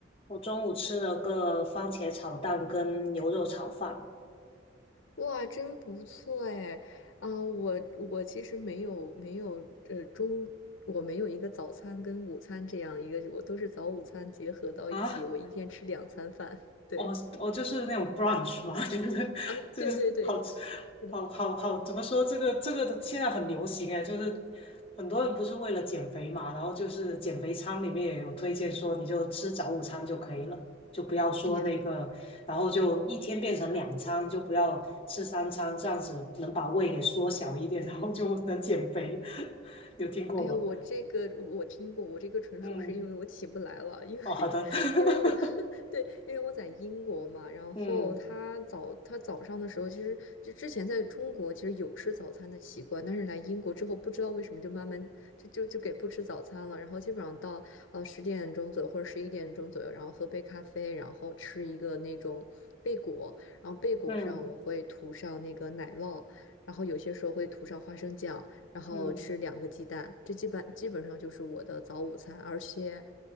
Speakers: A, on the left (about 30°); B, on the left (about 75°).
A: 我中午吃了个番茄炒蛋跟牛肉炒饭，
B: 哇，真不错哎！啊、我我其实没有没有呃中，我没有一个早餐跟午餐这样一个，我都是早午餐结合到一起，
A: 啊，
B: 我一天吃两餐饭。<laughs> 对，
A: 哦哦，就是那种 brunch 嘛，<laughs> 就是就是好吃，
B: 啊，对对对，是的。
A: 好好好，怎么说这个这个的现在很流行哎，就是很多人不是为了减肥嘛，然后就是减肥餐里面也有推荐说你就吃早午餐就可以了，就不要说那个，
B: 哎呀。
A: 然后就一天变成两餐，就不要吃三餐，这样子能把胃给缩小一点，然后就能减肥，<laughs> 有听过吗？
B: 哎呀，我这个我听过，我这个纯属是因为我起不来了，
A: 嗯。
B: 因为
A: 哦，
B: <laughs>
A: 好的，<laughs>
B: 因为我 <laughs> 对，因为我在英国嘛，然后他早他早上的时候，
A: 嗯
B: 其实就之前在中国其实有吃早餐的习惯，但是来英国之后，不知道为什么就慢慢就就就给不吃早餐了，然后基本上到呃十点钟左右或者十一点钟左右，然后喝杯咖啡，然后吃一个那种贝果，然后贝果上我会涂上那个奶酪，
A: 嗯
B: 然后有些时候会涂上花生酱。然后吃两个鸡蛋，
A: 嗯，
B: 这基本基本上就是我的早午餐。而且